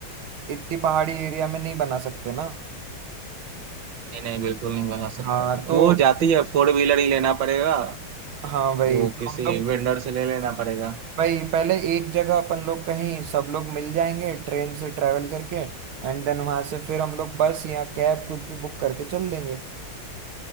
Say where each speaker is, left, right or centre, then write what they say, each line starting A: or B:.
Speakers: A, on the right (about 80°); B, on the right (about 65°).
A: इतनी पहाड़ी एरिया में नहीं बना सकते ना
B: नहीं नहीं बिल्कुल नहीं बना सकता
A: हाँ तो
B: वो जाती है फोर व्हीलर ही लेना पड़ेगा
A: हाँ वही
B: वो
A: तो
B: किसी
A: हम लोग
B: वेंडर से ले लेना पड़ेगा
A: भाई पहले एक जगह अपन लोग कहीं सब लोग मिल जाएंगे ट्रेन से ट्रैवल करके एंड देन वहां से फिर हम लोग बस या कैब कुछ भी बुक करके चल देंगे